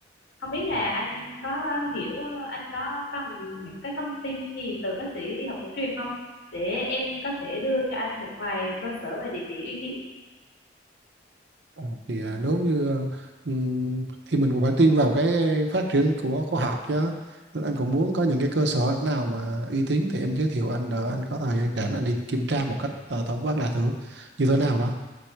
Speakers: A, on the left; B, on the right.
A: Không biết là anh có hiểu anh có cần những cái thông tin gì từ bác sĩ y học cổ truyền không để em có thể đưa cho anh một vài cơ sở về địa chỉ uy tín
B: Ờ, thì à, nếu như ờ, ừm, thì mình cũng phải tin vào cái phát triển của khoa học chứ Nên anh cũng muốn có những cái cơ sở nào mà uy tín thì em giới thiệu anh đỡ anh có thời gian rảnh anh đi kiểm tra một cách à, tổng quát là thử như thế nào đó